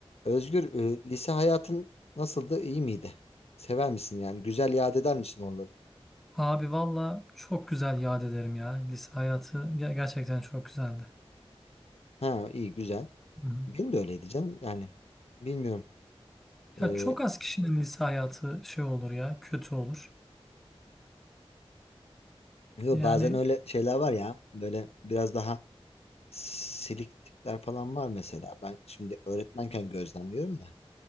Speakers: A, on the left; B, in the centre.
A: Özgür, e, lise hayatın nasıldı? İyi miydi? Sever misin yani? Güzel yad eder misin oraları?
B: Abi valla çok güzel yad ederim ya. Lise hayatı ge- gerçekten çok güzeldi.
A: Ha, iyi, güzel.
B: Hı hı.
A: Benim de öyleydi canım. Yani bilmiyorum. E,
B: Ya çok az kişinin lise hayatı şey olur ya, kötü olur.
A: yo,
B: Yani
A: bazen öyle şeyler var ya. Böyle biraz daha silik tipler falan var mesela. Ben şimdi öğretmenken gözlemliyorum da.